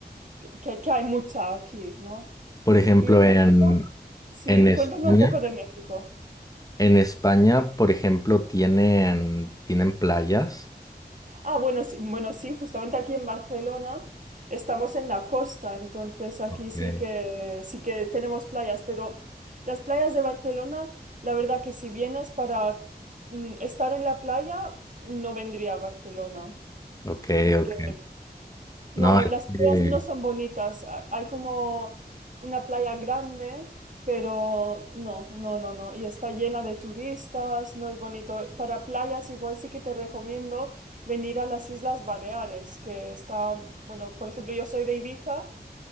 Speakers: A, on the right (about 50°); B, on the left (about 20°).
A: que, que hay mucha aquí, ¿no?
B: Por ejemplo,
A: ¿Y en
B: en,
A: México? Sí,
B: en España,
A: cuéntame un poco de México.
B: en España, por ejemplo, tienen, tienen playas.
A: Ah, bueno, sí, bueno, sí, justamente aquí en Barcelona estamos en la costa, entonces aquí
B: Okay.
A: sí que, sí que tenemos playas, pero las playas de Barcelona, la verdad que si vienes para mm, estar en la playa, no vendría a Barcelona.
B: Ok,
A: Porque
B: ok.
A: No,
B: No, es
A: las
B: que,
A: playas no son bonitas. Ha- Hay como una playa grande, pero no, no, no, no. Y está llena de turistas, no es bonito. Para playas igual sí que te recomiendo venir a las Islas Baleares, que está, bueno, por ejemplo, yo soy de Ibiza